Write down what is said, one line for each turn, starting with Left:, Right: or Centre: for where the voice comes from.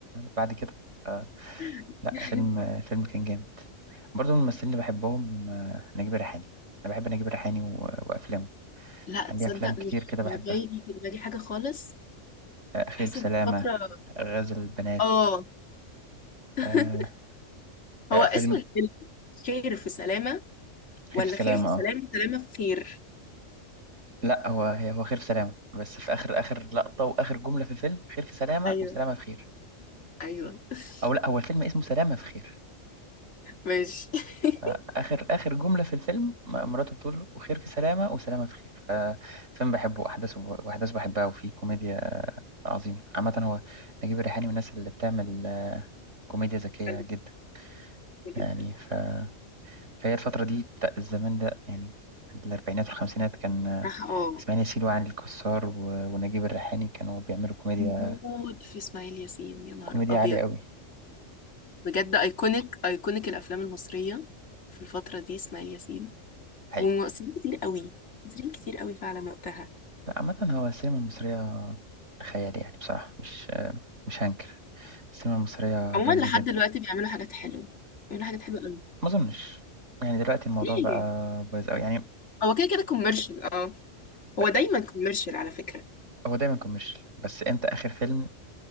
Right: بعد كده آه.
Left: <laughs>
Right: لا فيلم فيلم كان جامد برضه من الممثلين اللي بحبهم آه، نجيب الريحاني انا بحب نجيب الريحاني و- وافلامه
Left: لا
Right: يعني
Left: تصدق
Right: ليه افلام كتير
Left: مش
Right: كده
Left: مش
Right: بحبها
Left: جاي في دماغي حاجه خالص
Right: آه، خير
Left: حاسه
Right: في سلامه
Left: دي فتره
Right: غزل البنات
Left: اه <laughs>
Right: آه، آه،
Left: هو اسم
Right: فيلم
Left: الفيلم خير في سلامه
Right: خير
Left: ولا
Right: في سلامه
Left: خير في سلامه
Right: اه
Left: سلامه في خير
Right: لا هو هي- هو خير في سلامه بس في اخر اخر لقطه واخر جمله في الفيلم خير في سلامه
Left: ايوه
Right: وسلامه في خير
Left: ايوه <laughs>
Right: او لا هو الفيلم اسمه سلامه في خير
Left: ماشي <laughs>
Right: فاخر اخر جمله في الفيلم م- مراته بتقول له وخير في سلامه وسلامه في خير ففيلم بحبه احداثه واحداث بحبها وفيه كوميديا عظيم عامة هو نجيب الريحاني من الناس اللي بتعمل آه، كوميديا ذكية
Left: حلو
Right: جدا يعني
Left: جدا
Right: ف... فهي الفترة دي بتاع الزمان ده يعني الأربعينات والخمسينات كان آه،
Left: راح اه
Right: إسماعيل ياسين وعلي الكسار و... ونجيب الريحاني كانوا بيعملوا كوميديا
Left: بموت في اسماعيل ياسين يا نهار
Right: كوميديا
Left: ابيض
Right: عالية قوي
Left: بجد ايكونيك ايكونيك الافلام المصريه في الفتره دي اسماعيل ياسين
Right: حقيقي
Left: ومؤثرين كتير قوي مؤثرين كتير قوي فعلا وقتها
Right: لا، عامة هو السينما المصرية خيال يعني بصراحة مش آه، مش هنكر السينما المصرية
Left: عموما
Right: جامدة
Left: لحد
Right: جدا
Left: دلوقتي بيعملوا حاجات حلوه بيعملوا حاجات حلوه قوي
Right: ما أظنش يعني دلوقتي الموضوع
Left: ليه
Right: بقى بايظ أوي يعني
Left: هو كده كده كوميرشال اه
Right: ف-
Left: هو دايما كوميرشال على فكره
Right: هو دايما كوميرشال بس إمتى آخر فيلم